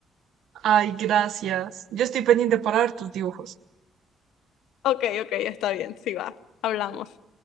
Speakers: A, on the right (about 75°); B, on the left (about 85°).
A: Ay, gracias. Yo estoy pendiente para ver tus dibujos.
B: Ok, ok, está bien, sí va. Hablamos.